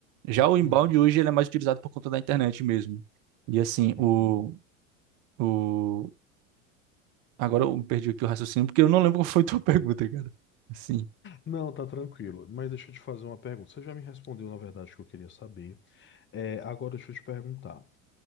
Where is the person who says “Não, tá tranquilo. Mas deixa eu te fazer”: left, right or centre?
Left